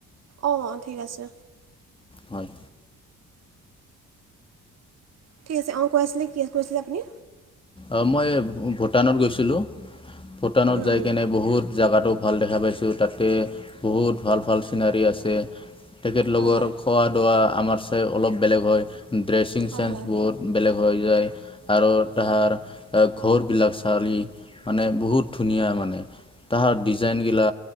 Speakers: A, on the right; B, on the left.
A: অ অ ঠিক আছে।
B: হয়।
A: ঠিক আছে অ কৈ আছিলে কি আ কৈছিলে আপুনি
B: অ মই ভূটানত গৈছিলো ভূটানত
A: উম,
B: যাই
A: উম,
B: কেনে বহুত জাগাতো ভাল দেখা পাইছোঁ তাতে বহুত ভাল ভাল চিনাৰী আছে। তেখেতলোকৰ
A: হয় হয়
B: খোৱা দোৱা আমাৰ চাই অলপ বেলেগ হয় ড্ৰেছিং
A: হয়
B: চেন্স
A: হয়
B: বহুত বেলেগ। হৈ যায় আৰু তাহাৰ এ ঘৰ বিলাক চালি মানে বহুত ধুনীয়া মানে তাহাৰ ডিজাইন গিলা